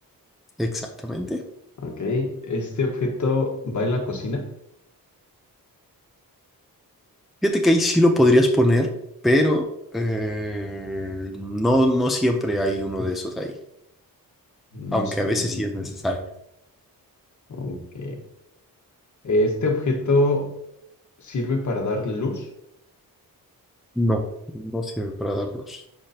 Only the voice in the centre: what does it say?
Exactamente.
Fíjate que ahí sí lo podrías poner, pero eh, no, no siempre hay uno de esos ahí,
aunque
a veces sí es necesario.
No, no sirve para darlos.